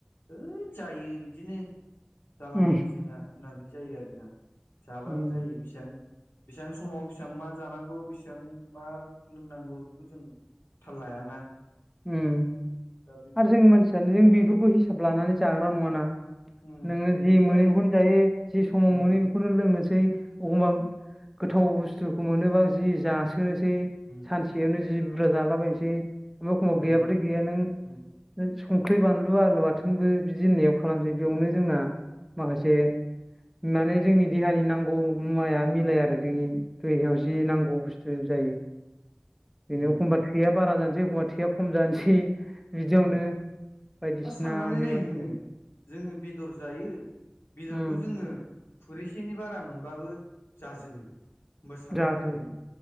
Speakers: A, on the left; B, in the centre.
A: होद जायो बिदिनो जालाबायो
B: उम
A: जोंना बिदिनो जायो आरोना जाबानो
B: उम
A: जायो बिसिबां बेसेबां समाव बेसेबां मा जानांगौ बेसेबां मा लोंनांगौ बेखौ जों थाल लायाना।
B: ओमआरो
A: दा बेफोर
B: जोंनि मानसियानो जों बेफोरखौ हिसाब लानानै जाग्रा नङाना।
A: उम
B: नोङो
A: बेनोथ'
B: जि मोनो बेखौनो जायो। जि समाव
A: उम
B: मोनो बेखौनो लोंनोसै एखमबा गोथाव बुस्थुखौ मोनोबा जि जासै सोनोसै
A: उम
B: सानसेयावनो
A: उम
B: जि बुरजा जालाबायनोसै। एबा एखमबा
A: आ
B: गैयाब्लााथथाय
A: बेनोथ'ब्रा
B: गैया नों
A: उम
B: नों संख्रि बानलु आगलु बाथोनबो बिदि होननायाव खालामनोसै बेयावनो जोंना माखासे माने जोंनि देहानि नांगौ मुवाया मिलाया आरो जोंनि देहायाव जि नांगौ बुस्थु जायो। बिनो
A: उम
B: एखमबा थैया बारा जानोसै एखमबा थैया खम जानोसै बिदियावनो
A: उम
B: बायदिसिना
A: मा साननानै
B: बेमार
A: नाय नोङो जोङो बेदर जायो बेदरखौ
B: उम
A: जोङो खुरैसेनि बारा मोनबाबो जाजोबो। होमबा साननानै
B: जाजोबो
A: नायदो नों